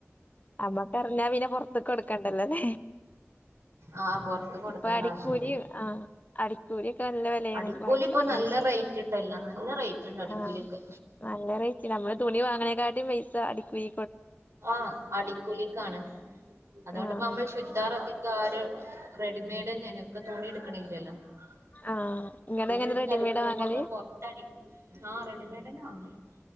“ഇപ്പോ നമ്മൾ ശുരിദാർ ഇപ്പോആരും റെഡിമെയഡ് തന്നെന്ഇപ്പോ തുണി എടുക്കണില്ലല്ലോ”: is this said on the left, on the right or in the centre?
Right